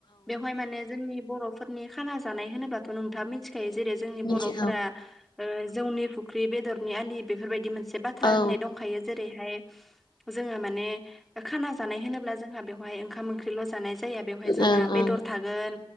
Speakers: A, in the centre; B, on the left.
A: बेवहाय माने जों नि बर'फोरनि खाना जानाय होनोबाथ' नोंथाङा मिथिखायो जेरै जोंनि
B: मिथिगौ
A: बर'फोरा ओ जौनि फुख्रि बेदरनि आलि बेफोरबायदि मोनसे बाथ्रा
B: औ
A: होननाय दंखायो जेरै हायो जोङो माने खाना जानाय होनोब्ला जोंहा बेवहाय ओंखाम ओंख्रैल'जानाय जाया बेवहाय जोंहा
B: ओं
A: बेदर
B: ओं
A: थागोन